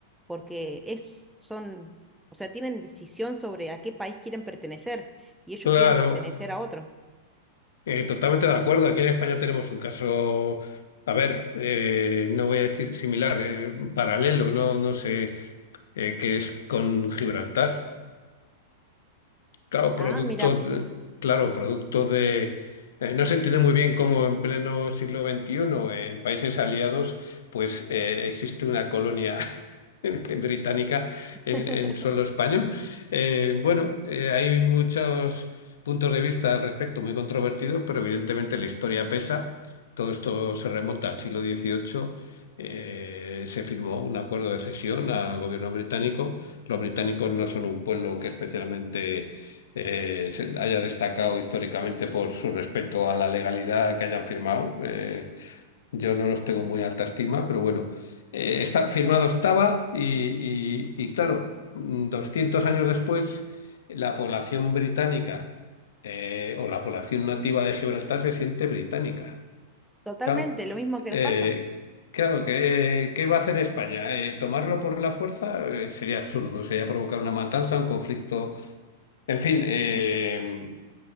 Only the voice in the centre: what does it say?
porque es, son, o sea, tienen decisión sobre a qué país quieren pertenecer, y ellos
quieren pertenecer a otro.
Ah, mira.
<laughs>
Totalmente,
lo mismo que
nos pasa.